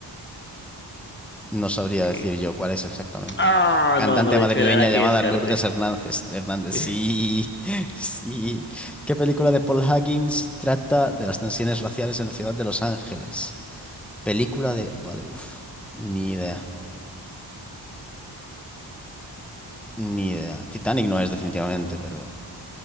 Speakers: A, in the centre; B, on the left (about 25°).
A: No sabría
B: Ok.
A: decir yo cuál es exactamente.
B: Ah,
A: Cantante
B: no, no, de
A: madrileña
B: hecho era la
A: llamada
B: que descarté.
A: Lourdes Hernández. Hernández,
B: <laughs>
A: sí, <laughs> sí. ¿Qué película de Paul Higgins trata de las tensiones raciales en la ciudad de Los Ángeles? Película de... Vale, uff. Ni idea. Ni idea. Titanic no es definitivamente, pero...